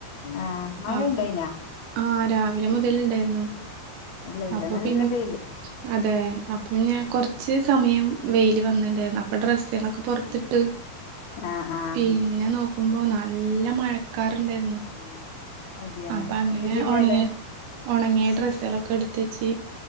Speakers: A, on the left; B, on the right.
A: ആഹ് മഴ
B: ആഹ് പ്പ
A: ഇണ്ടായിനാ
B: ആഹ് രാവിലെ മുതല്ണ്ടായിരുന്നു.
A: ഇല്ല ഇവിടെ
B: അപ്പൊ
A: നല്ല
B: പിന്നെ
A: വെയില്
B: അതെ അ പിന്നെ
A: ഉം
B: കൊർച്ച് സമയം വെയില് വെന്ന്ണ്ടായിരുന്നു
A: എട്ട്
B: അപ്പ ഡ്രസ്സുകളൊക്കെ പൊർത്തിട്ട്.
A: ഒമ്പത് ആഹ് ആഹ്
B: പിന്നെ
A: പത്ത്
B: നോക്കുമ്പോ നല്ല മഴക്കാറ്ണ്ടായിര്ന്ന്.
A: പതിനൊന്ന് അതെയാ
B: അപ്പ അങ്ങനെ
A: നിന്റെ ജില്ല
B: ഒണങ്ങി
A: എവിടെ
B: ഒണങ്ങിയ ഡ്രസ്സുകളൊക്കെ എട്ത്തച്ച്.